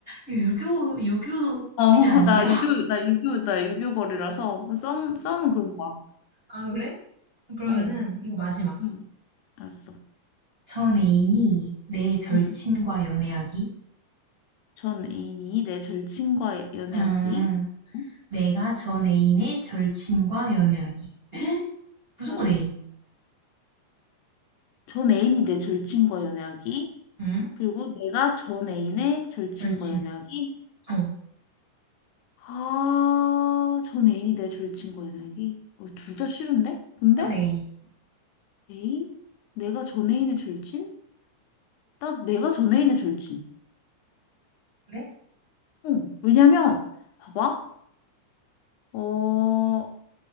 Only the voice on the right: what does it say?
이거 유교, 유교
시대
아니에요?
<laughs>
아, 그래? 그러면은,
이거 마지막.
전 애인이 내 절친과
연애하기.
음,
내가 전 애인의 절친과 연애하기. 무조건
A.
응?
절친.
어.
넌 A.
그래?